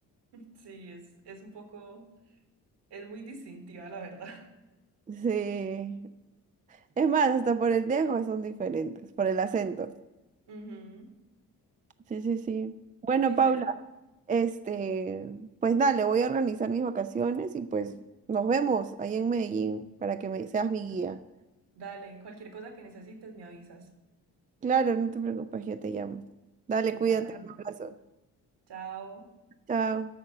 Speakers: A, on the right; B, on the right.
A: Sí, es, es un poco, es muy distintiva, la verdad.
B: Sí. Es más, hasta por el dejo son diferentes, por el acento.
A: <laughs> Ujú.
B: Sí, sí, sí. Bueno,
A: Sí,
B: Paula,
A: se-
B: este, pues dale, voy a organizar mis vacaciones y pues nos vemos ahí en Medellín para que me, seas mi guía.
A: dale, cualquier cosa que necesites me avisas.
B: Claro, no te preocupes, yo te llamo. Dale, cuídate,
A: Dale.
B: un abrazo.
A: Chao.
B: Chao.